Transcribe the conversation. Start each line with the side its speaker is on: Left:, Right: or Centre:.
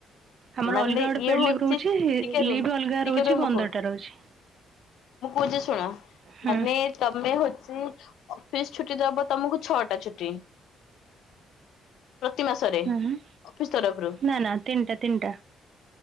Right: ଆମର
Left: ମାନେ
Right: ଅଲଗା ଗୋଟେ
Left: ଇଏ
Right: ପେଡ୍
Left: ହଉଛି
Right: ଲିଭ୍ ରହୁଛି।
Left: ଟିକେ ରୁହ
Right: ଲିଭ ଅଲଗା
Left: ଟିକେ
Right: ରହୁଛି
Left: ରୁହ
Right: ପନ୍ଦରଟା
Left: ମୁଁ କହୁଛି।
Right: ରହୁଛି।
Left: ମୁଁ କହୁଛି ଶୁଣ
Right: ହୁଁ
Left: ମାନେ ତମେ ହଉଛି ଅଫିସ୍ ଛୁଟି ଦବ ତମକୁ ଛଅଟା ଛୁଟି ପ୍ରତି ମାସରେ
Right: ହୁଁ
Left: ଅଫିସ ତରଫରୁ
Right: ନା ନା ତିନିଟା ତିନିଟା